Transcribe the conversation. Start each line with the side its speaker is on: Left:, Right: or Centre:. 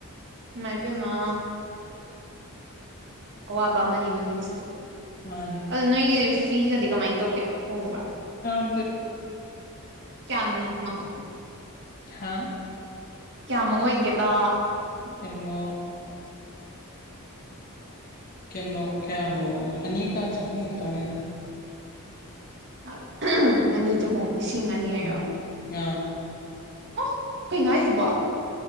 Right: ꯃꯥꯏ ꯄꯦꯃ꯫ ꯑꯋꯥꯕ ꯑꯃꯅꯤ ꯅꯪꯒꯤꯗꯨꯁꯨ꯫
Left: ꯃꯥꯅꯦ꯫
Right: ꯑꯗꯣ ꯅꯣꯏꯒꯤ ꯐꯤꯒꯗꯤ ꯀꯃꯥꯏꯅ ꯇꯧꯒꯦ ꯍꯣꯡꯕ꯭ꯔꯥ꯫
Left: ꯝꯗ
Right: ꯀꯌꯥ
Left: ꯍꯥ
Right: ꯀꯌꯥꯃꯨꯛ ꯑꯣꯏꯒꯦꯕ
Left: ꯀꯟꯅꯣ ꯑ ꯀꯩꯅꯣ ꯀꯌꯥꯅꯣ ꯑꯅꯤꯒ ꯆꯍꯨꯝꯃꯨꯛꯇꯪꯅꯤꯗ
Right: ꯂꯥꯛ ꯑꯅꯤ ꯆꯍꯨꯝ ꯂꯤꯁꯤꯡ ꯑꯅꯤ ꯍꯥꯏꯔꯣ
Left: ꯎꯝ ꯑꯥ
Right: ꯑꯣ ꯀꯩꯅꯣ ꯍꯥꯏꯁꯤꯕꯣ